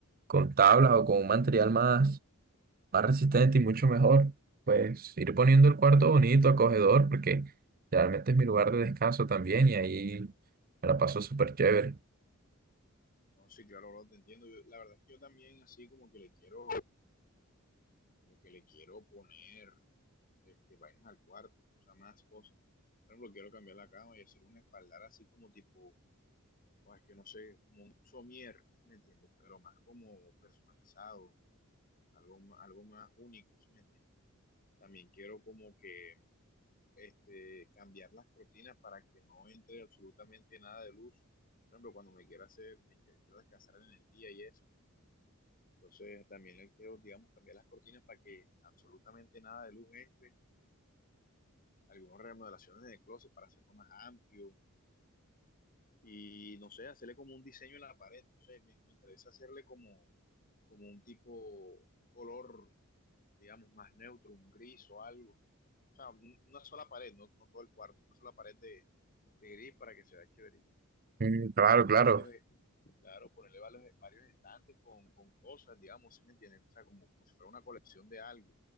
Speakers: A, on the right; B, on the left.
A: con tablas o con un material más, más resistente y mucho mejor. Pues ir poniendo el cuarto bonito, acogedor, porque realmente es mi lugar de descanso también y ahí me la paso súper chévere.
B: No, sí, claro, bro, te entiendo. Yo- la verdad es que yo también así como que le quiero, como que le quiero poner este, vainas al cuarto, o sea, más cosas. Por ejemplo, quiero cambiar la cama y hacer un espaldar así como tipo, o es que no sé, como un somier, ¿sí me entiendes? Pero más como personalizado, algo, ma- algo más único, ¿sí me entiendes? También quiero como que este, cambiar las cortinas para que no entre absolutamente nada de luz. Por ejemplo, cuando me quiera hacer, me quiero descansar en el día y eso Entonces también le quiero, digamos, cambiar las cortinas para que absolutamente nada de luz entre, algunas remodelaciones de closet para hacerlo más amplio y no sé, hacerle como un diseño en la pared, no sé, me, me interesa hacerle como, como un tipo, un color, digamos, más neutro, un gris o algo. O sea, un- una sola pared, no, no todo el cuarto, una sola pared de, de gris para que se vea chévere.
A: Mm, Claro,
B: Ponerle
A: claro.
B: varios, eh, claro, ponerle varios, eh, varios estantes con, con cosas, digamos, si me entienden? O sea, como, como si fuera una colección de algo.